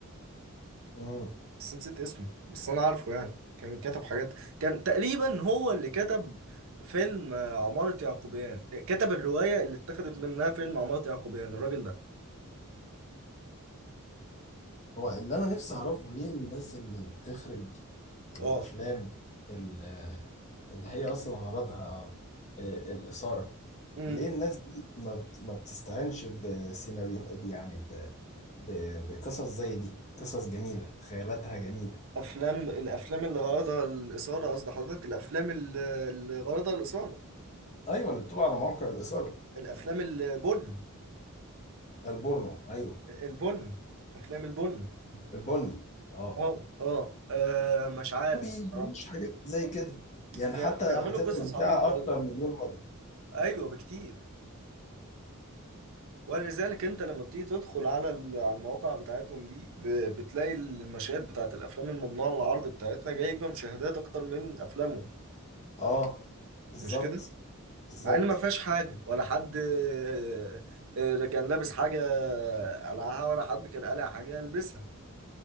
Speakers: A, on the left (about 30°); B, on the right (about 65°).
A: مم.
B: بس نسيت اسمه بس انا عارفه يعني كان كتب حاجات كان تقريبا هو اللي كتب فيلم آه، عمارة يعقوبيان كتب الرواية اللي اتخذت منها فيلم عمارة يعقوبيان الراجل ده
A: هو اللي انا نفسي اعرفه ليه الناس اللي بتخرج الافلام
B: اه
A: ال- اللي هي اصلا غرضها آه، الاثاره
B: امم
A: ليه الناس دي ما بت- ما بتستعينش بسيناريو يعني ب- ب- بقصص زي دي قصص جميله خيالاتها جميله
B: افلام الافلام اللي غرضها الاثارة قصد حضرتك الافلام اللي اللي غرضها الاثارة
A: ايوه اللي بتبقى على موقع الاثاره
B: الافلام البن
A: البورنو ايوه
B: البن افلام البن
A: البني اه
B: اه اه آه، مش عارف
A: ما بيجيبوش
B: بصراحة
A: حاجات زي كده يعني
B: بيع-
A: حتى
B: بيعملوا
A: هتبقى
B: قصص
A: ممتعه
B: عبيطة
A: اكتر
B: أوي
A: مليون مره
B: أيوة بكتير ولذلك انت لما بتيجي تدخل على ال- على المواقع بتاعتهم دي ب- بتلاقي المشاهد بتاعت الافلام الممنوعه من العرض بتاعتنا جايبه مشاهدات اكتر من افلامهم
A: اه بالظبط
B: مش كده
A: بالظبط
B: مع ان ما فيهاش حاجه ولا حد آه، آه، كان لابس حاجه قلعها ولا حد كان قلع حاجه يلبسها